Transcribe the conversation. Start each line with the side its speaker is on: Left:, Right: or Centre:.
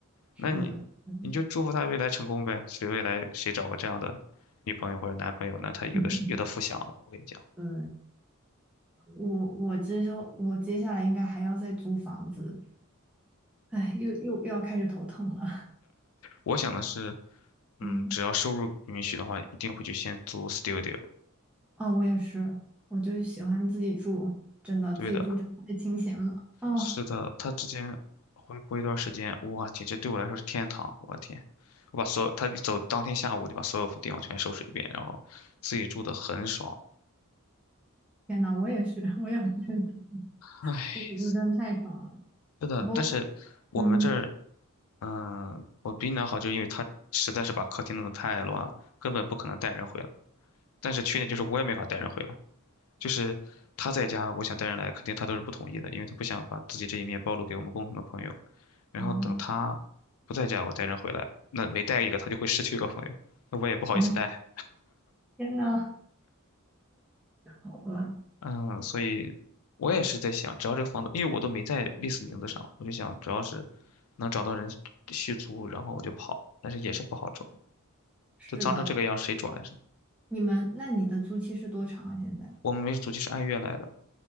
Centre: 是的，
Left: 那你你就祝福他未来成功呗，
Centre: 是的，
Left: 谁未来谁找个这样的女朋友或者男朋友，那他有的是有的福享了。
Centre: <laughs>
Left: 我跟你讲，
Centre: 对，我我之后我接下来应该还要再租房子，哎，又又又要开始头痛了。
Left: 我想的是，
Centre: 嗯，
Left: 嗯，只要收入允许的话，一定会去先租 studio。
Centre: 哦，我也是，我就喜欢自己住，真的自己住真的太清闲了。
Left: 对的，
Centre: 哦，
Left: 是的，他之前回国一段时间，哇，简直对我来说是天堂。我的天，我把所有他一走，当天下午我就把所有地方全收拾一遍，然后自己住的很爽。
Centre: 天呐，我也是，我也觉得
Left: 唉，
Centre: 自己住真的太爽了。
Left: 是的，
Centre: 不过，
Left: 但是我们这儿，
Centre: 嗯，
Left: 嗯、我比你那好，就因为他实在是把客厅弄得太乱了，根本不可能带人回来。但是缺点就是我也没法带人回来，就是他在家，我想带人来，肯定他都是不同意的，因为他不想把自己这一面暴露给我们共同的朋友。然后等他不在家，
Centre: 哦
Left: 我带人回来，那每带一个，他就会失去一个朋友，那我也不好意思带。
Centre: 哦，天呐，好吧，
Left: 嗯，所以我也是在想，只要这个房子，因为我都没在历史名字上，我就想，只要是能找到人续租，然后我就跑，但是也是不好转，
Centre: 是的，
Left: 就脏成这个样，谁转呀
Centre: 你们那你的租期是多长啊？现在？
Left: 我们没租期是按月来的，